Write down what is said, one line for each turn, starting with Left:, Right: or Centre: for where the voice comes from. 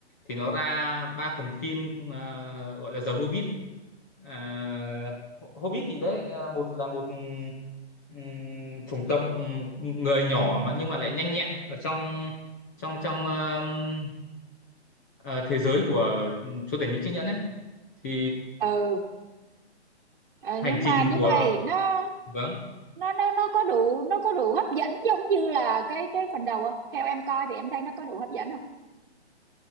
Left: thì nó ra 3 phần phim ờ, gọi là The Hobbit. Ờ, Hobbit thì đấy ờ, một là một ừm, chủng tộc ừm, người nhỏ mà nhưng mà lại nhanh nhẹn ở trong trong trong ờm, ờ, thế giới của ừm, chúa tể những chiếc nhẫn ấy thì
Right: ừ Ờ,
Left: hành
Right: nhưng
Left: trình
Right: mà như
Left: của
Right: vậy nó
Left: vâng
Right: nó nó nó có đủ nó có đủ hấp dẫn giống như là cái cái phần đầu không theo em coi thì em thấy nó có đủ hấp dẫn không